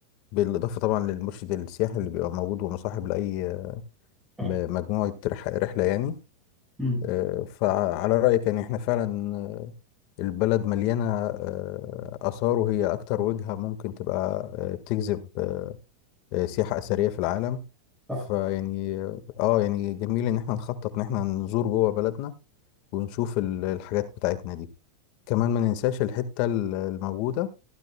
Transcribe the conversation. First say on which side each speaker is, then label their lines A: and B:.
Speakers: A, on the left; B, in the centre.
A: بالإضافة طبعا للمرشد السياحي اللي بيبقى موجود ومصاحب لأي آه،
B: صح
A: م- مجموعة رح- رحلة يعني
B: امم
A: آه، فعلى رأيك يعني احنا فعلا آه، البلد مليانة آه، آثار وهي أكتر وجهة ممكن تبقى آه، بتجذب آه، آه، سياحة أثرية في العالم
B: صح
A: فيعني اه يعني جميل إن احنا نخطط إن احنا نزور جوه بلدنا ونشوف ال- الحاجات بتاعتنا دي كمان ما ننساش الحتة ال- الموجودة